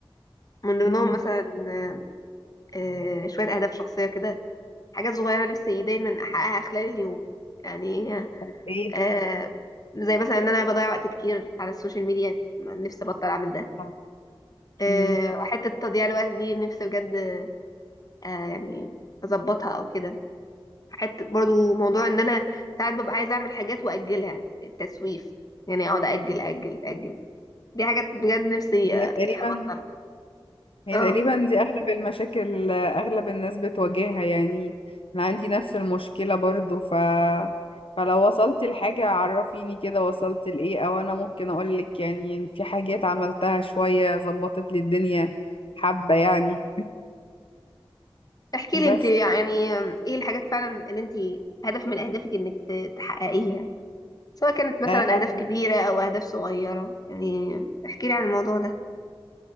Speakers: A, on the left; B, on the left.
A: من ضمنهم
B: امم
A: مثلا آه، آه، شويه اهداف شخصيه كده حاجات صغيرة نفسي دايما أحققها خلال اليوم يعني
B: طب ايه
A: آه زي مثلا إن أنا بضيع وقت كتير على السوشيال ميديا نفسي أبطل أعمل ده
B: اه
A: آه
B: امم
A: حتة تضييع الوقت دي نفسي بجد آه يعني أظبطها أو كده حتة برضو موضوع إن أنا ساعات ببقى عايزة أعمل حاجات وأجلها التسويف يعني أقعد أجل أجل أجل دي حاجات بجد نفسي
B: هي
A: آه،
B: تقريبا
A: أبطلها
B: هي
A: اه
B: تقريبا دي اغلب المشاكل آه، اغلب الناس بتواجهها يعني انا عندي نفس المشكلة برضو ف فلو وصلت لحاجة عرفيني كده وصلت لإيه أو أنا ممكن أقولك يعني في حاجات عملتها شوية ظبطت لي الدنيا حبة يعني <clears throat>
A: احكي
B: بس
A: لي انت يعني آه، ايه الحاجات فعلا اللي انت هدف من اهدافك انك ت- تحققيها سواء كانت مثلا
B: آه
A: أهداف كبيرة أو أهداف صغيرة يعني احكي لي عن الموضوع ده